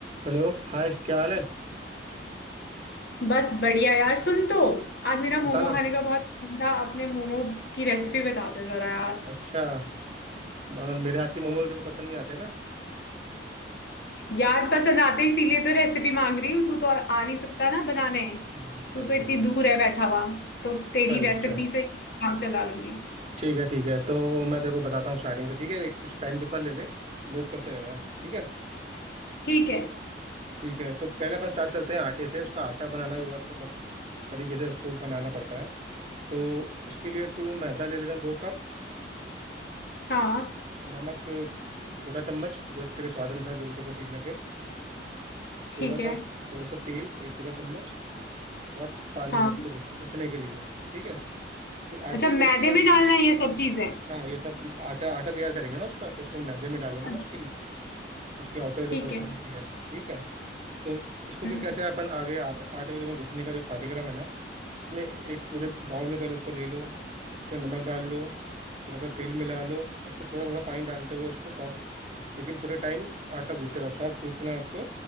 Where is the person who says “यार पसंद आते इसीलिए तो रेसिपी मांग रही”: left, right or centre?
Left